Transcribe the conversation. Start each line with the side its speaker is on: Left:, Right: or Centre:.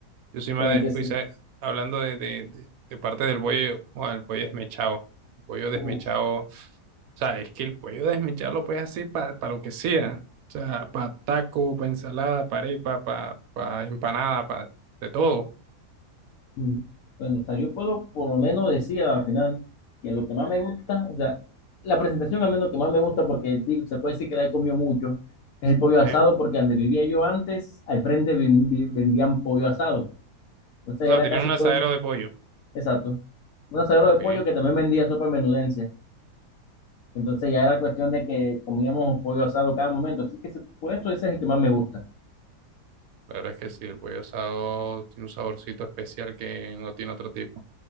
Right: Yo soy más
Left: eh,
Right: de,
Left: que sí.
Right: uy, ¿sabes? Hablando de, de, de- de parte del pollo, o el pollo desmechado. El pollo desmechado,
Left: Uf,
Right: o sea, es que el pollo desmechado lo puedes hacer para lo que sea. O sea, para taco, para ensalada, para arepa, para empanada, para de todo.
Left: Mm, Bueno, o sea, yo puedo por lo menos decir al final que lo que más me gusta, o sea, la presentación al menos que más me gusta, porque di- se puede decir que la he comido mucho, es el pollo
Right: ¿sí?
Left: asado, porque donde vivía yo antes, al frente ven- vi- vendían pollo asado. Entonces
Right: O sea,
Left: era
Right: tiene
Left: casi
Right: un
Left: todo,
Right: asadero de pollo.
Left: exacto, un asadero
Right: Ok.
Left: de pollo
Right: Te-
Left: que también vendía sopa en menudencia. Entonces ya era cuestión de que comíamos pollo asado cada momento. Así que se- por eso ese es el que más me gusta.
Right: La verdad es que sí, el pollo asado tiene un saborcito especial que no tiene otro tipo.